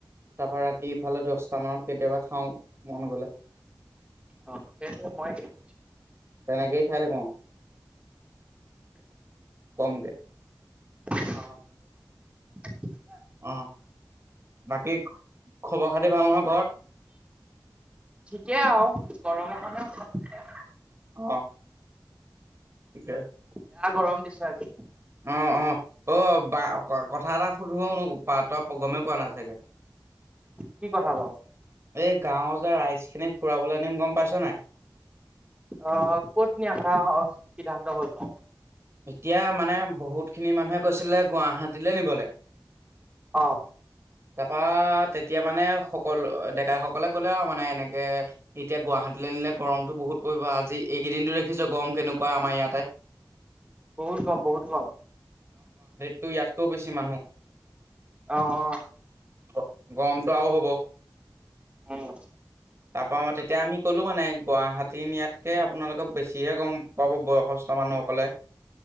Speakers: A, on the right (about 35°); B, on the right (about 15°).
A: তাৰ পৰাৰা ৰাতি। ফালে দহটা মানত কেতিয়াবা খাও মন গলে।
B: অ-অ সেইটো মই কি দি
A: তেনেকেই খাই থাকওঁ কমকে।
B: অ',
A: অ', বাকী খবৰ খাতি ভাল নহয় ঘৰত।
B: ঠিকেই আৰু গৰম এ
A: অ ঠিকে
B: বেয়া গৰম দিছে আমি।
A: অ-অ-অ, বা কথা এটা সুধো প তই গমেই পোৱা নাই চাগে।
B: কি কথা বাৰু?
A: এই গাঁৱৰ যে ৰাইজখিনিক ফুৰাবলৈ নিম গম পাইছনোই।
B: অহ ক'ত নি আশা সিদ্ধান্ত হল বাৰু।
A: এতিয়া মানে বহুতখিনি মানুহে কৈছিলে গুৱাহাটীলে নিবলৈ।
B: অ
A: তপাত তেতিয়া মানে সকলো ডেকাই সকলে ক'লে আৰু মানে এনেকে এতিয়া গুৱাহাটীলৈ আনিলে গৰমতটো বহুত। ক'ত পৰিব আজি এইকেইদিনো দেখিছো গৰম কেনেকুৱা আমাৰ ইয়াতে।
B: বহুত কম, বহুত কম।
A: তো ইয়াতকৈও বেছি মানুহ।
B: অহ
A: গ- গৰমটো আৰুও হ'ব
B: উম
A: তাৰ পৰা আমি তেতিয়া আমি। কলো মানে গুৱাহাটী ন ইাতকে আপোনালোকে বেছিহে গম পাব বয়সস্থ মানুহসকলে।